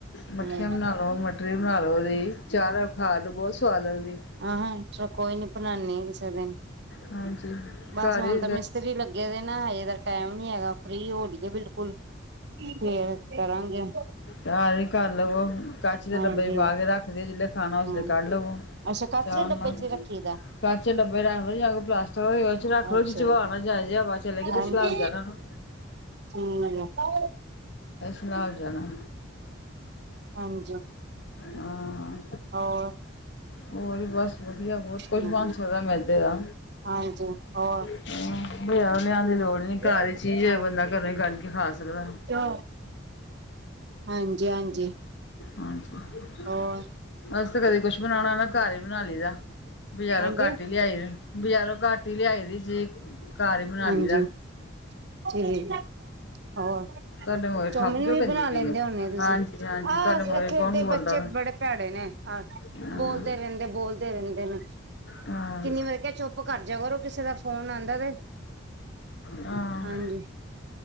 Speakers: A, on the left (about 60°); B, on the right (about 55°).
A: ਮੱਠੀਆਂ
B: ਹਮ
A: ਬਣਾ ਲਉ ਮਟਰਰੀ ਬਣਾ ਲਉ, ਉਹਦੀ ਚਾਹ ਨਾਲ ਖਾਆਲੋ ਬਹੁਤ ਸਵਾਦ ਲੱਗਦੀ।
B: ਆਹਾਂ ਚਲੋ ਕੋਈ ਨੀ ਬਣਾਦੇ ਆ, ਕਿਸੇ ਦਿਨ
A: ਹਾਂਜੀ
B: ਬਸ
A: ਘਰ
B: ਹੁਣ
A: ਹੀ
B: ਤਾਂ ਮਿਸਤਰੀ ਲਗੇ ਅੱਗੇ ਦੇ ਨਾ ਹਜੇ ਤਾਂ ਟਾਈਮ ਨੀ ਹੈਗਾ ਫ੍ਰਰੀ ਹੋ ਬਿਲਕੁਲ ਫਰ ਕਰਾਂਗੇ।
A: ਸਾਰੇ ਕੱਲ ਲਵੋ ਹੁਨ ਕਛ ਦੇ
B: ਹਾਂਜੀ
A: ਡੱਬੇ ਚ ਪਾ ਕੇ ਰੱਖਦੇਓ, ਜਿਹੇ ਖਾਣਾ
B: ਹਾਂ
A: ਉਸਦੇ ਕੱਢ ਲਵੋ
B: ਅੱਛਾ ਕਚਰੇ
A: ਚਾਹ
B: ਡੱਬੇ
A: ਨਾਲ।
B: ਚ ਰੱਖੀ ਦਾ
A: ਕੱਚੇਦੇ ਡੱਬੇ ਰੱਖ ਲਓ ਜਾਂ ਕੋਈ ਪਲਾਸਟਿਕ ਹੋ, ਉਹ ਚ ਰੱਖ ਲਓ
B: ਅੱਛਾ
A: ਚ ਚਬਣਾ ਜਾ ਜੇ ਹਵਾ ਚਲੇਗੀ
B: ਜੀ
A: ਤੇ
B: ਹਾਂਜੀ
A: ਸਲਾਬ ਜਾਣਾ ਨੂੰ।
B: ਠੀਕ ਆ।
A: ਸਾਲਬ ਜਾਣਾ।
B: ਹਾਂਜੀ।
A: ਹਾਂ
B: ਹੋਰ
A: ਹੋਰ ਬਸ। ਵਧੀਆ ਬਹੁਤ ਕੁਛ
B: ਹਮ
A: ਬਣ ਸਕਦਾ ਮੈਦੇ ਦਾ।
B: ਹਾਂਜੀ ਹੋਰ
A: ਬਾਜਰ ਲੇ ਕ ਆ ਲਿਆਉਣ ਦੀ ਲੋੜ ਨੀ ਘਰ
B: ਹਾਂ
A: ਹੀ ਚੀਜ਼ ਬੰਦਾ ਘਰੋਂ ਹੀ ਕਦ ਕੇ ਖਾ ਸਕਦਾ ਹੈ
B: ਜੌ ਹਾਂਜੀ ਹਾਂਜੀ।
A: ਹਜੀ
B: ਹੋਰ
A: ਅਸੀ ਤਾਂ ਕਦੇ ਕੁਛ ਬਣਾਉਣਾ ਨਾ ਘਰ ਹੀ ਬਣਾ ਲਈ ਦਾ। ਬਜ਼ਾਰੋਂ
B: ਹਾਂਜੀ
A: ਘੱਟ ਹੀ ਲਿਆਈ ਬਜਾਰੋਂ ਘੱਟ ਹੀ ਲਿਆਈ ਦੀ ਸੀ ਘਰ ਹੀ ਬਨਾ ਲਾਇਦਾ।
B: ਹਾਂਜੀ ਠੀਕ ਹੋਰ
A: ਤੁਹਾਡੇ ਮੂਹਰੇ
B: ਚੌਮਿਨ
A: ਖੱਪ ਕਿਉਂ
B: ਵੀ
A: ਪੈਂਦੀ
B: ਬਣਾ
A: ਪਈ
B: ਲੈਂਦੇ
A: ਹੈ
B: ਹਦੇ ਤੁਸੀਂ
A: ਹਾਂਜੀ ਹਾਂਜੀ
B: ਆ
A: ਤੁਹਾਡੇ ਮੂਹਰੇ
B: ਇੱਥੇ
A: ਕੌਣ
B: ਦੇ
A: ਬੋਲਦਾ
B: ਬੱਚੇ
A: ਵਾ।
B: ਬੜੇ ਭੈੜੇ ਨੇ
A: ਹਾਂ
B: ਬੋਲਦੇ ਰਹਿੰਦੇ ਬੋਲਦੇ ਰਹਿੰਦੇ ਨੇ
A: ਹਾਂ
B: ਕਿੰਨੀ ਵਾਰ ਕਿਆ ਚੁੱਪ ਕਰ ਜਾਇਆ ਕਰੋ ਕਿਸੇ ਦਾ ਫੋਨ ਆਂਦਾ ਤੇ
A: ਹਾਂ
B: ਹਾਂਜੀ